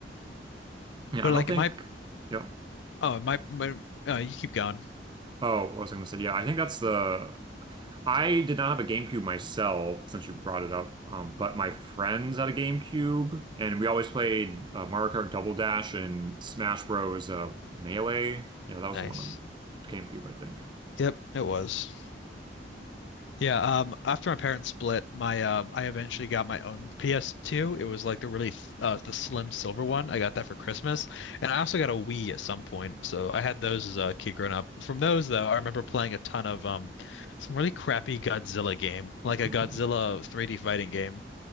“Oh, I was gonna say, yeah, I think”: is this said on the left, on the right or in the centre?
Right